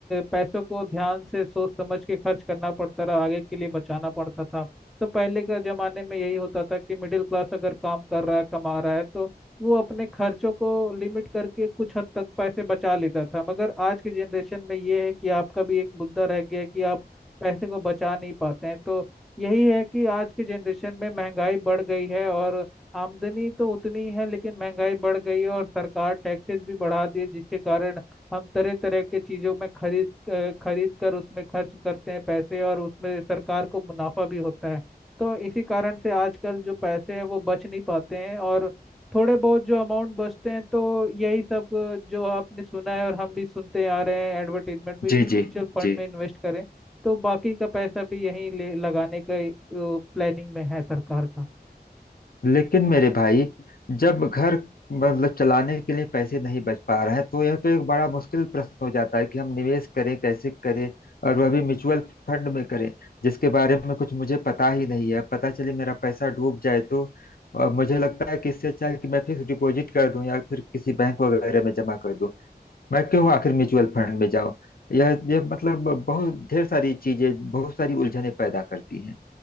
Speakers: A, in the centre; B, on the left.
A: पैसों को ध्यान से सोच समझ के खर्च करना पड़ता रहा आगे के लिए बचाना पड़ता था तो पहले के जमाने में यही होता था कि मिडिल क्लास अगर काम कर रहा है कमा रहा है तो वो अपने खर्चों को लिमिट करके कुछ हद तक पैसे बचा लेता था मगर आज के जनरेशन में ये है कि आपका भी एक मुद्दा रह गया है कि आप पैसे को बचा नहीं पाते हैं तो यही है कि आज के जनरेशन में महंगाई बढ़ गई है और आमदनी तो उतनी है लेकिन महंगाई बढ़ गई है और सरकार टैक्सेस भी बढ़ा दिए जिसके कारण हम तरह तरह के चीज़ों में खरीद खरीद कर उसमें खर्च करते हैं पैसे और उसमें सरकार को मुनाफा भी होता है तो इसी कारण से आजकल जो पैसे हैं वो बच नहीं पाते हैं और थोड़े बहुत जो अमाउंट बचते हैं तो यही सब अ, जो आपने सुना है और हम भी सुनते आ रहे हैं एडवर्टीजमेंट भी
B: जी
A: कि म्यूचुअल
B: जी
A: फंड
B: जी
A: में इन्वेस्ट करें तो बाकी का पैसा भी यहीं ले लगाने का प्लानिंग में है सरकार का
B: लेकिन मेरे भाई जब घर मतलब चलाने के लिए पैसे नहीं बच पा रहे हैं तो यह तो एक बड़ा मुश्किल प्रश्न हो जाता है कि हम निवेश करें कैसे करें और वह भी म्यूचुअल फंड में करें जिसके बारे में कुछ मुझे पता ही नहीं है पता चले मेरा पैसा डूब जाए तो अ, मुझे लगता है कि इससे अच्छा है कि मैं फिक्स डिपॉजिट कर दूं या फिर किसी बैंक वगैरह में जमा कर दूं मैं क्यों आखिर म्यूचुअल फंड में जाऊं यह यह मतलब बहुत ढेर सारी चीजें बहुत सारी उलझनें पैदा करती है